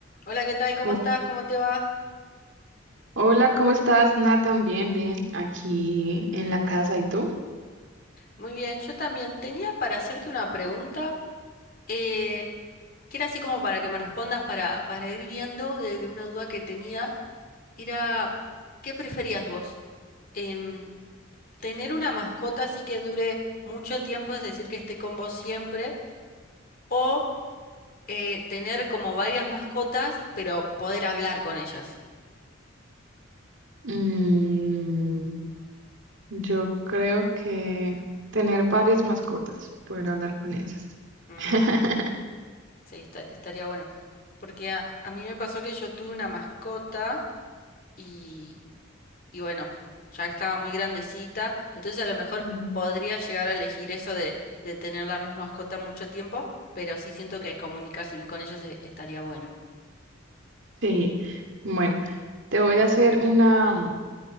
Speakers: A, on the left; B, on the right.
A: Hola, ¿qué tal? ¿Cómo
B: Ho-
A: estás? ¿Cómo te va?
B: hola, ¿cómo estás? Nada, también bien, bien, aquí en la casa. ¿Y tú?
A: Muy bien, yo también tenía para hacerte una pregunta eh, que era así como para que me respondas para, para ir viendo de, de una duda que tenía. Era, ¿qué preferías vos? Em, ¿tener una mascota así que dure mucho tiempo, es decir, que esté con vos siempre? ¿O eh, tener como varias mascotas, pero poder hablar con ellas?
B: Mm, yo creo que tener varias mascotas, poder hablar con ellas.
A: Ujú,
B: <laughs>
A: Sí, esta- estaría bueno. Porque a a mí me pasó que yo tuve una mascota. y, y bueno, ya estaba muy grandecita, entonces a lo mejor
B: Mm.
A: podría llegar a elegir eso de, de tener la misma mascota mucho tiempo, pero sí siento que comunicarse bien con ellos e- estaría bueno.
B: Sí, bueno, te voy a hacer una,